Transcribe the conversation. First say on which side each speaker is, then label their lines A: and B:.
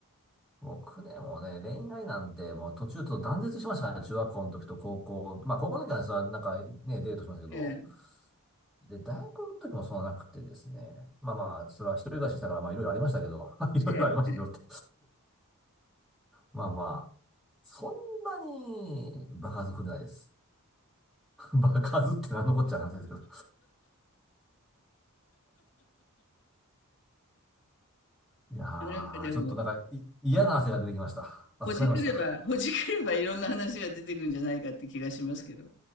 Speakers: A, in the centre; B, on the left (about 55°).
A: 僕ね、もうね、恋愛なんて、もう途中と断絶しましたからね、中学校の時と高校。まあ、高校の時はね、それはなんかね、デートしましたけど、
B: ええ、
A: で、大学の時もそうはなくてですね。まあまあ、それは一人暮らししたから、まあいろいろありましたけど、<laughs> いろいろありましたけどって
B: え
A: まあまあ、そんなに場数踏んでないです。<laughs> 場数って何のこっちゃの話ですけど。いやー、
B: え、なんかでも、
A: ちょっとなんか、い、嫌な汗が出てきました。暑くなりました。
B: ほじくれば、ほじくればいろんな話が出てくるんじゃないかって気がしますけど。